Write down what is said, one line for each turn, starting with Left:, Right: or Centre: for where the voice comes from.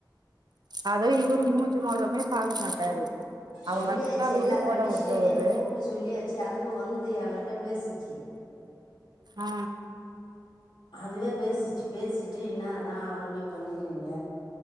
Right: அது இவரு மூஞ்சு மெகரமே பாக்க மாட்டாரு அவங்க
Left: சொல்லியாச்சு
Right: அக்கா வயே
Left: எல்லா
Right: ஓட
Left: கண்டிஷனையும்
Right: வுடுறவரு
Left: நேற்று கூப்பிட்டு சொல்லியாச்சு அதுவும் வந்து ஏங்கிட்ட பேசுச்சி
Right: ஆ
Left: அதுவே பேசிச்சு பேசிட்டு இன்ன தான் முடிவு பண்ணிக்கிறீங்க